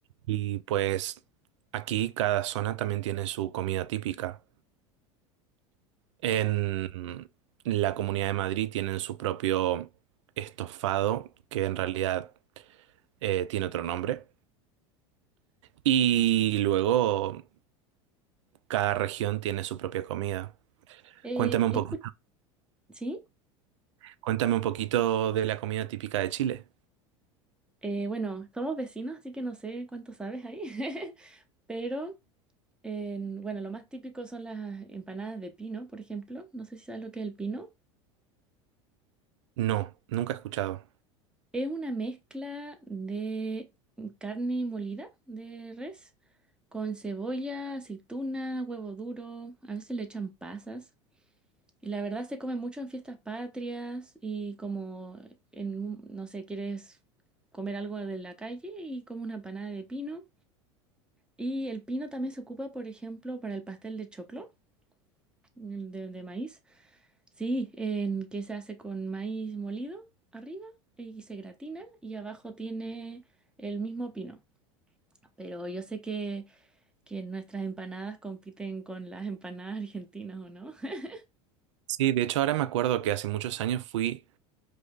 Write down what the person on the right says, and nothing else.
Y pues aquí cada zona también tiene su comida típica. En la Comunidad de Madrid tienen su propio estofado, que en realidad eh, tiene otro nombre. Y luego cada región tiene su propia comida.
Cuéntame un
poco,
cuéntame un poquito de la comida típica de Chile.
No, nunca he escuchado.
Sí, de hecho ahora me acuerdo que hace muchos años fui